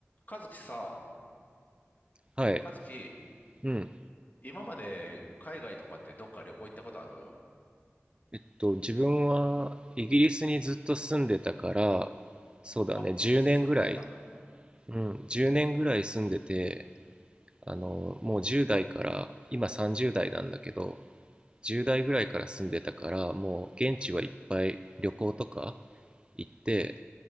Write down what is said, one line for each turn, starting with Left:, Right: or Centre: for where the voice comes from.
Left: 和樹さ、
Right: はい。
Left: 和樹、
Right: うん。
Left: 今まで海外とかってどっか旅行行ったことある
Right: えっと、自分はイギリスにずっと住んでたから、そうだね、
Left: あ、
Right: 10年ぐらい、
Left: 住んでた。
Right: うん、10年ぐらい住んでて、あの、もう10代から、今30代なんだけど、10代ぐらいから住んでたから、もう現地はいっぱい旅行とか行って、